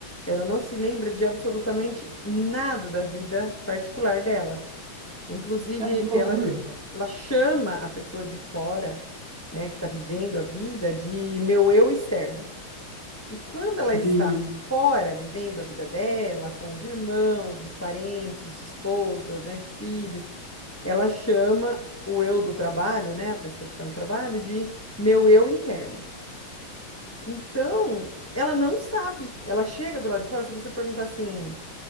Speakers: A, on the left; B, on the right.
A: ela não se lembra de absolutamente nada da vida particular dela. Inclusive,
B: É, que loucura.
A: ela, ela chama a pessoa de fora, né, que está vivendo a vida, de meu eu externo. E quando ela
B: Entendi.
A: está fora, vivendo a vida dela, com os irmãos, os parentes, esposa, né, filhos, ela chama o eu do trabalho, né, a pessoa que está no trabalho, de meu eu interno. Então, ela não sabe. Ela chega do lado de fora, se você perguntar assim,